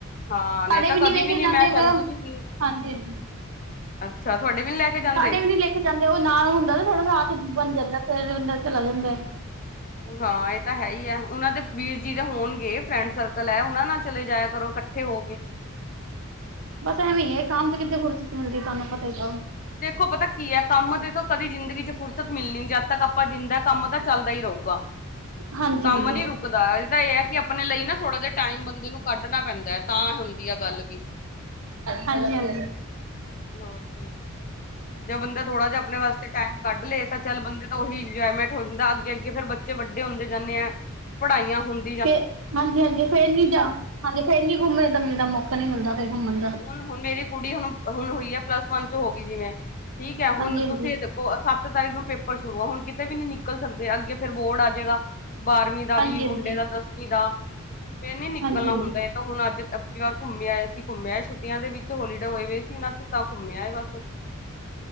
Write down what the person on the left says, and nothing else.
ਹਾਂ ਨਹੀਂ
ਤਾਂ
ਕਦੀ
ਮੈਂ ਕਹਿੰਦੀ
ਵੀ ਸੀ
ਅੱਛਾ ਤੁਹਾਡੇ ਵੀ ਲੈ ਕੇ ਜਾਂਦੇ।
ਹਾਂ ਇਹ ਤਾਂ ਹੈ ਹੀ ਹੈ ਉਹਨਾਂ ਦੇ ਵੀਰ ਜੀ ਦੇ ਹੋਣਗੇ ਫਰੈਂਡ ਸਰਕਲ ਹੈ ਉਹਨਾਂ ਨਾਲ ਚਲੇ ਜਾਇਆ ਕਰੋ ਇੱਕ ਇਕੱਠੇ ਹੋ ਗਏ
ਦੇਖੋ ਪਤਾ ਕੀ ਹੈ ਕੰਮ ਦੇ ਤੋਂ ਕਦੀ ਜ਼ਿੰਦਗੀ ਚ ਫੁਰਸਤ ਮਿਲਣੀ ਜਦ ਤੱਕ ਆਪਾਂ ਜਿੰਦਾ ਕੰਮ ਤਾਂ ਚੱਲਦਾ ਹੀ ਰਹੇਗਾ।
ਕੰਮ
ਨੀ ਰੁਕਦਾ ਇਹ ਤਾਂ ਇਹ ਹੈ ਕਿ ਆਪਣੇ ਲਈ ਨਾ ਥੋੜ੍ਹਾ ਜਿਹਾ ਟਾਈਮ ਬੰਦੇ ਨੂੰ ਕੱਢਣਾ ਪੈਂਦਾ। ਤਾਂ ਹੁੰਦੀ ਆ ਗੱਲ ਵੀ
ਹੋਰ ਕੀ ਜਾਂ ਬੰਦਾ ਥੋੜਾ ਜਿਹਾ ਆਪਣੇ ਵਾਸਤੇ। ਟਾਇਮ ਕੱਢ ਲਏ ਤਾਂ ਚੱਲ ਬੰਦੇ ਤਾਂ ਉਹੀ ਇੰਜੋਏਮੈਂਟ ਹੋ ਜਾਂਦਾ ਅੱਗੇ ਅੱਗੇ ਫੇਰ ਬੱਚੇ ਵੱਡੇ ਹੁੰਦੇ ਜਾਂਦੇ ਆ। ਪੜ੍ਹਾਈਆਂ ਹੁੰਦੀਆਂ।
ਹੁਣ ਹੁਣ ਮੇਰੀ ਕੁੜੀ ਹੁਣ ਹੁਣ ਹੋਈ ਹੈ ਪਲੱਸ ਵਨ ਚ ਹੋ ਗਈ ਜਿਵੇਂ ਠੀਕ ਹੈ ਹੁਣ
ਤੁਸੀਂ।
ਸੱਤ ਤਾਰੀਕ ਨੂੰ ਪੇਪਰ ਸ਼ੁਰੂ ਆ ਹੁਣ ਕਿਤੇ ਵੀ ਨੀ ਨਿਕਲ ਸਕਦੇ ਅੱਗੇ ਫਿਰ ਬੋਰਡ ਆ ਜਾਏਗਾ ਬਾਰਵੀਂ ਦਾ
ਵੀ ਮੁੰਡੇ
ਦਾ
ਦਸਵੀਂ ਦਾ ਫਿਰ ਨੀ ਨਿਕਲਣਾ
ਹੁੰਦਾ। ਹੁਣ ਅੱਜ ਇੱਕੀ ਵਾਰ ਘੁੰਮਿਆ ਆਆ ਸੀ ਘੁੰਮਿਆ ਆਏ ਛੁੱਟੀਆਂ ਦੇ ਵਿੱਚ ਹੋਲੀਡੇ ਹੋਏ ਹੋਏ ਸੀ ਇਹਨਾਂ ਚ ਤਾਂ ਘੁੰਮਿਆਏ ਬਸ